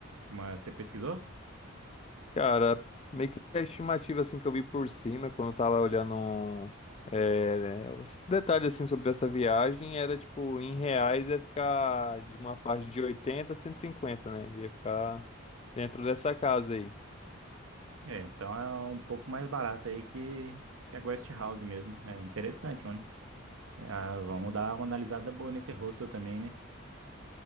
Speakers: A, on the right (about 75°); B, on the left (about 30°).
A: Mas você pesquisou?
B: Cara, meio que a estimativa assim que eu vi por cima, quando eu tava olhando é, né, os detalhes assim sobre essa viagem, era tipo, em reais ia ficar de uma faixa de 80 a 150, né? Ia ficar dentro dessa casa aí.
A: É, então é um pouco mais barato aí que, que a Guest House mesmo. É interessante, mano. É, ah, vamos dar uma analisada boa nesse hostel também, né?